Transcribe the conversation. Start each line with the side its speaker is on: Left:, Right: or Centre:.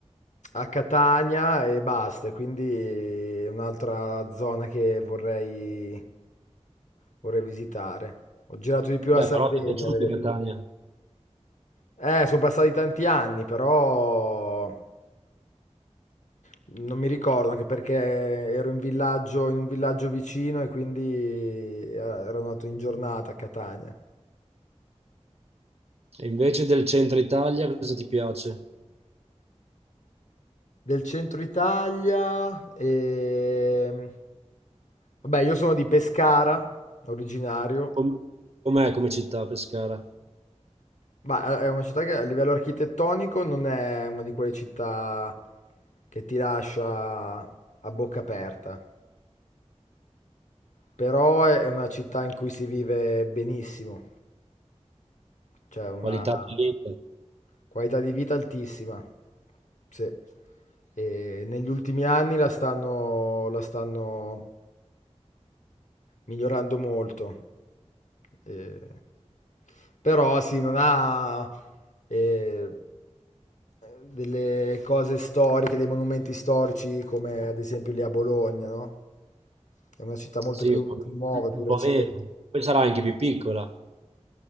Left: a Catania e basta, quindi è un'altra zona che vorrei, vorrei visitare. Ho girato di più la
Right: Beh,
Left: Sardegna
Right: però ti è piaciuta
Left: delle
Right: Catania.
Left: due. Eh, sono passati tanti anni, però... Non mi ricordo anche perché ero in villaggio, in un villaggio vicino e quindi eh, ero nato in giornata a Catania.
Right: E invece del centro Italia cosa ti piace?
Left: Del centro Italia e... Vabbè, io sono di Pescara, originario.
Right: Com- com'è come città Pescara?
Left: Ma eh, è una città che a livello architettonico non è una di quelle città che ti lascia a bocca aperta, però è una città in cui si vive benissimo, cioè una,
Right: Qualità di vita?
Left: Qualità di vita altissima. Sì. E negli ultimi anni la stanno, la stanno migliorando molto. Eh, però sì, non ha eh, delle cose storiche, dei monumenti storici come ad esempio lì a Bologna, no? È una città
Right: Sì,
Left: molto più,
Right: un po'
Left: più nuova, più
Right: un
Left: recente
Right: po' meno. Poi sarà anche più piccola.